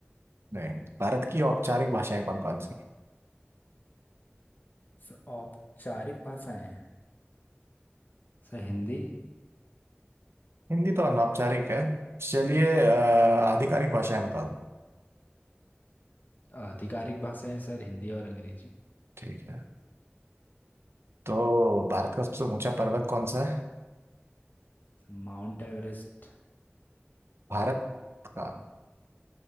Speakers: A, on the right; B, on the left.
A: नहीं भारत की औपचारिक भाषाएं कौन कौन सी हैं
B: सर औपचारिक भाषाएं सर हिंदी
A: हिंदी तो अनौपचारिक है चलिए आ, आधिकारिक भाषाएं बता दो
B: आधिकारिक भाषाएं सर हिंदी और Angrezi
A: ठीक है तो भारत का सबसे ऊंचा पर्वत कौन सा है
B: Sir Mount Everest
A: भारत का